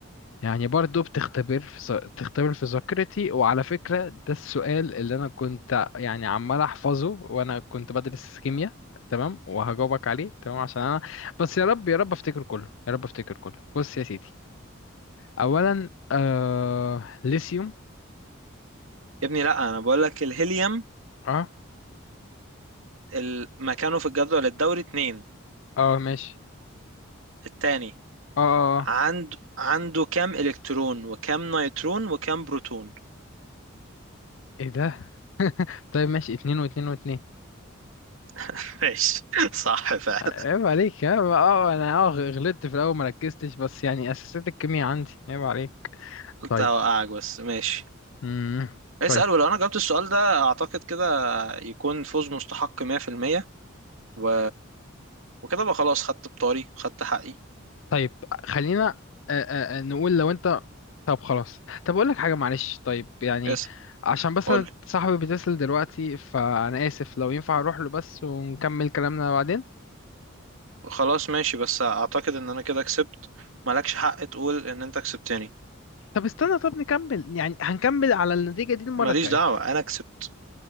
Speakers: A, on the left; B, on the right.
A: يعني برضو بتختبر في ذا- بتختبر في ذاكرتي وعلى فكرة ده السؤال اللي انا كنت يعني عمال احفظه وانا كنت بدرس كيمياء تمام وهجاوبك عليه تمام عشان انا بس يا رب يا رب افتكر كله يا رب افتكر كله بص يا سيدي اولا آه ليثيوم
B: يا ابني لا أنا بقول لك الهيليوم
A: اه
B: ال- مكانه في الجدول الدوري اتنين
A: اه ماشي
B: التاني
A: اه اه
B: عنده
A: اه
B: عنده كام إلكترون وكام نيوترون وكام بروتون
A: ايه ده <laughs> طيب ماشي اتنين واتنين واتنين
B: <laughs> ماشي صح فعلا
A: عيب عليك ها اه انا اه غلطت في الاول ما ركزتش بس يعني اساسات الكيمياء عندي عيب عليك
B: قلت
A: طيب
B: هوقعك بس ماشي
A: امم
B: اسأل
A: طيب
B: ولو أنا جاوبت السؤال ده أعتقد كده يكون فوز مستحق 100% و... وكده بقى خلاص خدت بطاري خدت حقي
A: طيب خلينا آه، آه، آه، نقول لو انت طب خلاص طب اقول لك حاجه معلش طيب يعني
B: اسأل
A: عشان بس
B: قول
A: أنا صاحبي بيتصل دلوقتي فانا اسف لو ينفع اروح له بس ونكمل كلامنا بعدين
B: خلاص ماشي بس أعتقد إن أنا كده كسبت مالكش حق تقول إن أنت كسبتني
A: طب استنى طب نكمل يعني هنكمل على النتيجة دي المرة
B: ماليش
A: الجاية
B: دعوة أنا كسبت